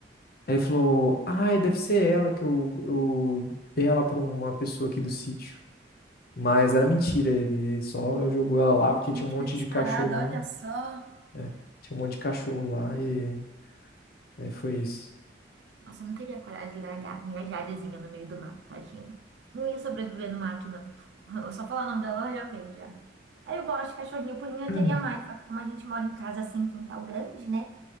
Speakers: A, on the left; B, on the right.
A: Aí ele falou, ai, deve ser ela que eu, eu dei ela pra uma pessoa aqui do sítio. Mas era mentira, ele só jogou ela lá porque
B: Que
A: tinha
B: mentira
A: um monte
B: descarada,
A: de cachorro
B: olha
A: lá.
B: só.
A: É, tinha um monte de cachorro lá e aí foi isso.
B: Nossa, eu não teria coragem de largar minha Jadezinha no meio do mato, tadinha. Não ia sobreviver no mato, não. <laughs> Eu só falar o nome dela, ela já vem, já. Aí eu gosto de cachorrinho, por mim, eu
A: Hum.
B: teria mais. Só que como a gente mora em casa assim, quintal grande, né?